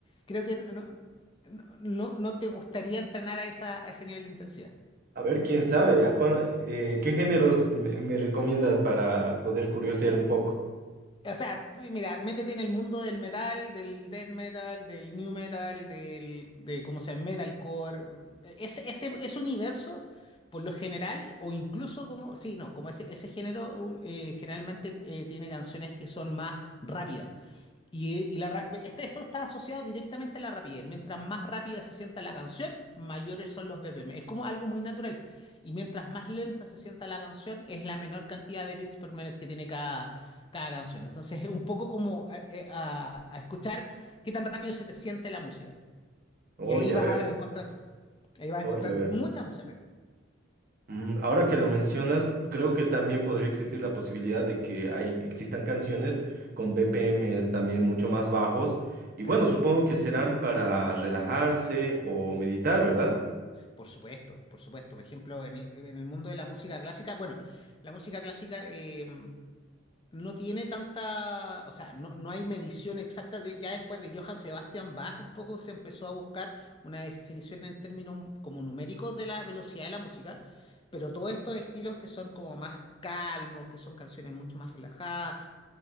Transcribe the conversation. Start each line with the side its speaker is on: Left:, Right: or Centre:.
Left: creo que no, no, no, no- no te gustaría entrenar a esa, a ese nivel de intensidad.
Right: A ver, quién sabe, ¿a cuán- eh, ¿qué géneros me, me recomiendas para poder curiosear un poco?
Left: O sea, mira, métete en el mundo del metal, del death metal, del new metal, del, de cómo se llama, metalcore. Ese, ese, ese universo, por lo general, o incluso como, sí, no, como ese, ese género eh, generalmente eh, tiene canciones que son más rápidas. Y, y la, ra- este, esto está asociado directamente a la rapidez. Mientras más rápida se sienta la canción, mayores son los BPM. Es como algo muy natural. Y mientras más lenta se sienta la canción, es la menor cantidad de beats per minute que tiene cada, cada canción. Entonces es un poco como a, eh, a- a escuchar qué tan rápido se te siente la música.
Right: Oh,
Left: Y ahí
Right: ya
Left: vas
Right: veo,
Left: a encontrar, ahí vas a
Right: oh,
Left: encontrar
Right: ya veo.
Left: muchas opciones.
Right: Mm, Ahora que lo mencionas, creo que también podría existir la posibilidad de que hay- existan canciones con BPMs también mucho más bajos. Y bueno,
Left: Claro,
Right: supongo que serán para relajarse o meditar, ¿verdad?
Left: por supuesto, por supuesto. Por ejemplo, en el, en el mundo de la música clásica, bueno, la música clásica... eh, no tiene tanta, o sea, no, no hay medición exacta. de- ya después de Johann Sebastian Bach, un poco se empezó a buscar una definición en términos como numéricos de la velocidad de la música, pero todos estos estilos que son como más calmos, que son canciones mucho más relajadas,